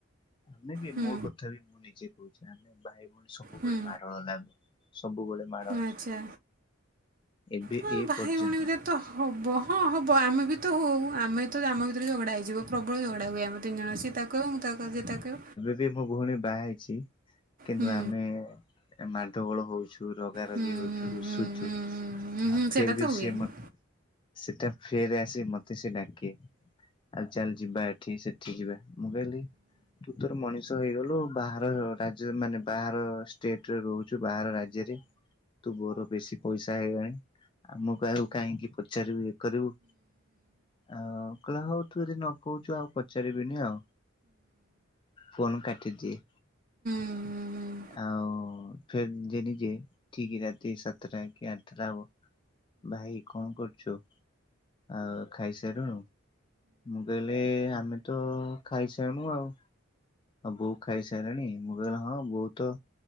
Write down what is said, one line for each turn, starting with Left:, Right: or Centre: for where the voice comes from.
Left: ଆମେବି
Right: ହୁଁ
Left: ମୋ କଥାବି ମୁଁ ନିଜେ କହୁଚି ଆମେ ଭାଇ ଭଉଣୀ ସବୁବେଳେ
Right: ହୁଁ
Left: ମାଡ଼ଗୋଳ ଲାଗୁ ସବୁବେଳେ। ମାଡ
Right: ଆଚ୍ଛା
Left: ଏବେ
Right: ହଁ
Left: ଏ
Right: ଭାଇ
Left: ପର୍ଯ୍ୟନ୍ତ
Right: ଭଉଣୀ ଭିତରେ ତ ହବ ହଁ ହବ ଆମେବି ତ ହଉ ଆମେତ ଆମ ଭିତରେ ଝଗଡା ହେଇଯିବ ପ୍ରବଳ ଝଗ ଡ଼ା ହୁଏ ଆମେ ତିନ ଜଣ ସିଏ ତାକୁ କହିବ ମୁତାକୁ କହିବି ସିଏ ତାକୁ
Left: ଦି ମୋ ଭଉଣୀ ବାହା ହେଇଚି କିନ୍ତୁ
Right: ହୁଁ
Left: ଆମେ ଏ ମାଢଗୋଳ ହଉଛୁ ରଗାରଗୀ
Right: ହୁଁ
Left: ହଉଛୁ ରୁଷୁଛୁ
Right: ହୁଁ ହୁଁ ହୁଁ ହୁଁ ହୁଁ
Left: ଆଉ ଫେର୍
Right: ସେଇଟା
Left: ବି
Right: ତ ହୁଏ
Left: ସିଏ ମତେ ସେଟା ଫେରେ ଆସି ମତେସେ ଡାକି ଆଉ ଚାଲ ଯିବା ଏଠି ସେଠି ଯିବା ମୁଁ କହିଲି ତୁ ତୋର ମଣିଷ ହେଇଗଲୁ ବାହାର ରାଜ୍ୟ ମାନେ ବାହାର ଷ୍ଟେଟରେ ରହୁ ଚୁ ବାହାର ରାଜ୍ୟରେ ତୁ ବୋର ବେଶୀ ପଇସା ହେଇଗଲାଣି ଆମକୁ ଆଉ କାହିଁକି ପଚାରିବୁ ଇଏ କରିବୁ ଆଉ କହିଲା ହୋଉ ତୁଯଦି ନକହୁଛୁ ଆଉ ପଚାରିବିନି ଆଉ ଫୋନ୍ କାଟିଦିଏ।
Right: <inaudible>
Left: ଆଉ ଫେରେ ନିଜେ ନିଜେ ଠିକ୍ ରାତି ସାତଟାକି ଆଠଟା ହବ ଭାଇ କଣ କରୁଚୁ? ଆଉ ଖାଇସାରିଲୁଣୁ ମୁଁ କହିଲି ଆପ ଆମେତ ଖାଇସାରିନୁ ଆଉ ଆଉ ବୋଉ ଖାଇସାରିଲାଣି ମୁଁ କହିଲି ହଁ ବହୁତ